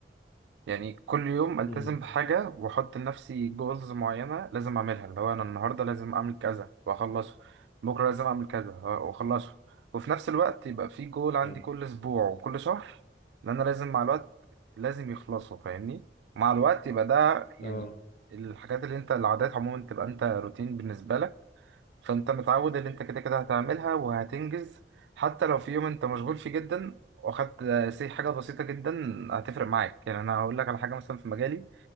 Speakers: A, on the right (about 75°); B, on the left (about 50°).
A: يعني كل يوم التزم
B: امم
A: بحاجه واحط لنفسي جولز معينه لازم اعملها اللي هو انا النهارده لازم اعمل كذا واخلصه بكره لازم اعمل كذا واخلصه وفي نفس الوقت يبقى في جول عندي
B: اه
A: كل اسبوع وكل شهر اللي انا لازم مع الوقت لازم يخلصوا فاهمني مع الوقت يبقى ده يعني
B: اه
A: الحاجات اللي انت العادات عموما تبقى انت روتين بالنسبه لك فانت متعود ان انت كده كده هتعملها وهتنجز حتى لو في يوم انت مشغول فيه جدا واخدت سي حاجه بسيطه جدا هتفرق معاك يعني انا هقول لك على حاجه مثلا في مجالي